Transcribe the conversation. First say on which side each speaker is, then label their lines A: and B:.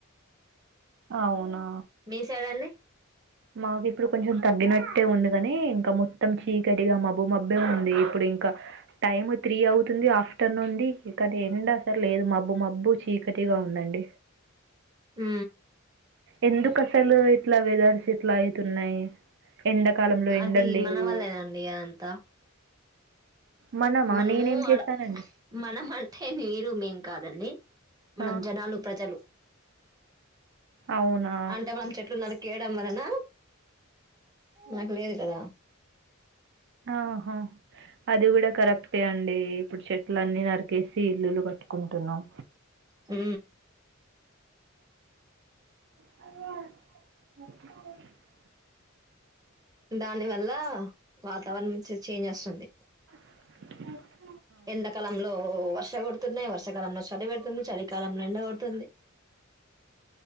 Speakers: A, on the right; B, on the right.
A: అవునా
B: మీ సైడ్ అండి
A: మాకు ఇప్పుడు కొంచెం తగ్గినట్టే ఉంది కాని ఇంకా మొత్తం చీకటిగా మబ్బు మబ్బే ఉంది ఇప్పుడు ఇంకా టైం త్రీ అవుతుంది ఆఫ్టర్నూన్ నుండి ఇక్కటి ఎండ అసలు లేదు మబ్బు మబ్బు చీక కటిగా ఉందండి
B: ఉ
A: ఎందుకు అసలు ఇట్లా వెదర్స్ ఇట్లా అయితున్నాయి ఎండకాలంలో ఎండలు
B: అది
A: లేవు
B: మన వల్లేనండి అదంతా
A: మనమా
B: మనము
A: నేనేం చేస్తానండి
B: అడ మనమంటే మీరు మేం కాదండి మనం
A: ఆ
B: జనాలు ప్రజలు
A: అవునా
B: అంటే మనం చెట్లు నరికేయడం వలన నాకు లేదు కదా
A: ఆహా అది కూడా కరెక్టే అండి ఇప్పుడు చెట్లన్నీ నరికేసి ఇల్లులు కట్టుకుంటున్నాం
B: ఉ
A: <inaudible>
B: దాని వల్ల వాత తవర్ నుంచి చేంజ్ అస్తుంది
A: అ
B: ఎండాకాలంలో వర్షకోడ్ తున్నాయి వర్షకాలంలో చలి పెడుతుంది చలికాలంలో ఎండ కోడుతుంది